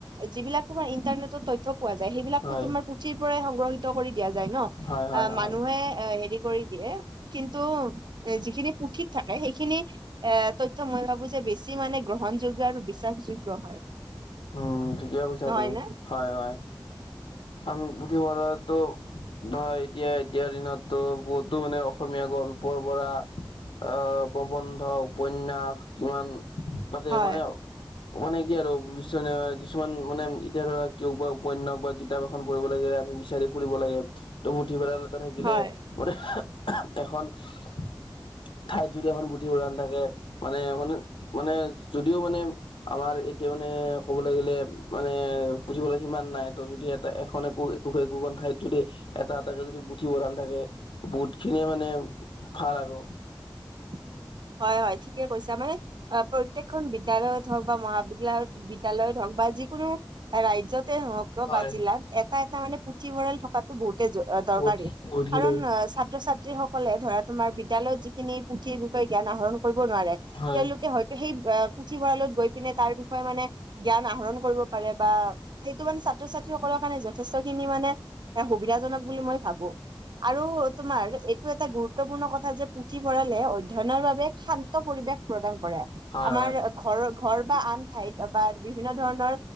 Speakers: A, on the right; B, on the left.
A: যিবিলাক তোমাৰ ইন্টাৰনেটত তথ্য পোৱা যায় সেইবিলাকো
B: হয়
A: তোমাৰ পুথিৰ পৰাই সংগ্ৰহিত কৰি দিয়া যায় ন
B: হয় হয়
A: অ
B: হয়
A: মানুহে এ হেৰি কৰি দিয়ে কিন্তু যিখিনি পুথিত থাকে সেইখিনি এ তথ্য মই ভাবো যে বেছি মানে গ্ৰহণযোগ্য আৰু বিশ্বাসযোগ্য হয়
B: উম ঠিকে কৈছা
A: নহয়
B: তই
A: নে
B: হয় হয় আন পুথিভঁৰালটো ধৰা এতিয়া এতিয়াৰ দিনতো বহুতো মানে অসমীয়া গল্পৰ পৰা আহ প্ৰবন্ধ উপন্যাস কিমান তাতে
A: হয়
B: মানে মানে কি আৰু কি কিছুমান মানে এতিয়া ধৰাক কেও বা উপন্যাস বা কিতাপ এখন পঢ়িব লাগে আমি বিচাৰি ফুৰিব লাগে। ত পুথি ভৰাল এটা থাকিলে
A: হয়
B: গোট এখন <unintelligible> ঠাইত যদি এখন পুথি ভঁৰাল থাকে মানে মে মানে যদিও মানে আমাৰ <unintelligible> এতিয়া মানে ক'ব লাগিলে মানে পুথি ভঁৰাল সিমান নাই ত' যদি এটা এখন একো একোশ একোখন ঠাইত যদি এটা এটাক যদি পুথি ভঁৰাল থাকে বহুত খিনি মানে ভাল আৰু
A: <inaudible> হয় হয় ঠিকে কৈছা মানে প্ৰত্যেকখন বিদ্যালয়ত হওক বা মহাবিদ্যালয়ত হওক বা যিকোনো ৰাজ্যতে হওক
B: হয়
A: বা জিলাত এটা এটা মানে পুথিভঁৰাল থকাাতো বহুত দৰকাৰ
B: বহুত বহুত খিনি
A: কাৰণ ছাত্ৰ ছাত্ৰীসকলে ধৰা তোমাৰ বিদ্যালয়ত যিখিনি পুথি জ্ঞান আহৰণ কৰিব নোৱাৰে
B: হয়
A: তেওঁলোকে হয়তো সেই পুথিভৰালত গৈ পিনে তাৰ বিষয়ে মানে জ্ঞান আহৰণ কৰিব পাৰে বা সেইটো মানে ছাত্ৰ ছ যি সকলৰ কাৰণে যথেষ্ট খিনি মানে এ সুবিধাজনক বুলি মই ভাবো। <unintelligible> আৰু তোমাৰ এইটো এটা গুৰুত্বপূৰ্ণ কথা যে পুথিভঁৰালে অধয়নৰ বাবে শান্ত পৰিৱেশ প্ৰদান কৰে
B: হয়
A: আমাৰ ঘৰৰ ঘৰ বা আন ঠাইত বা বিভিন্ন ধৰণৰ